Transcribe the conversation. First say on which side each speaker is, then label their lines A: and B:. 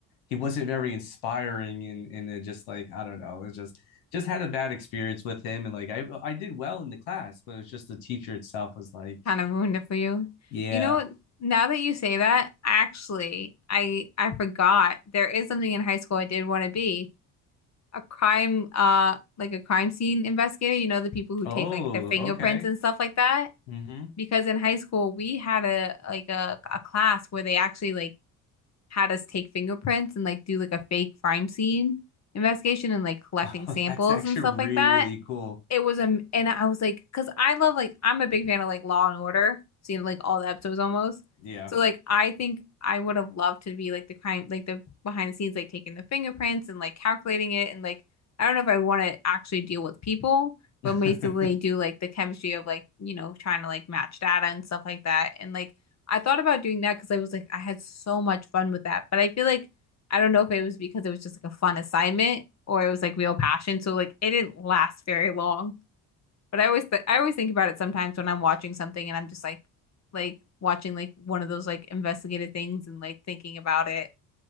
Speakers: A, on the left; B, on the left.
A: he wasn't very inspiring and and it just like I don't know it just just had a bad experience with him and like I I did well in the class but it was just the teacher itself was like
B: Kind of ruined it for you.
A: yeah
B: You know what? Now that you say that, actually, I I forgot there is something in high school I did want to be. A crime uh like a crime scene investigator, you know, the people who
A: Oh,
B: take like their fingerprints
A: okay.
B: and stuff like that.
A: hmm
B: Because in high school we had a like a, a class where they actually like had us take fingerprints and like do like a fake crime scene investigation and like
A: <laughs>
B: collecting
A: Oh,
B: samples
A: that's actually
B: and stuff
A: really
B: like that
A: cool.
B: it was a and I was like, because I love like I'm a big fan of like Law and Order, seeing like all the episodes almost.
A: Yeah.
B: So like I think I would have loved to be like the crime, like the behind the scenes, like taking the fingerprints and like calculating it, and like I don't know if I want to actually deal with people,
A: <laughs>
B: but basically do like the chemistry of like you know trying to like match data and stuff like that, and like. I thought about doing that because I was like, I had so much fun with that. But I feel like I don't know if it was because it was just like a fun assignment or it was like real passion. So like it didn't last very long. But I always th I always think about it sometimes when I'm watching something and I'm just like like watching like one of those like investigative things and like thinking about it,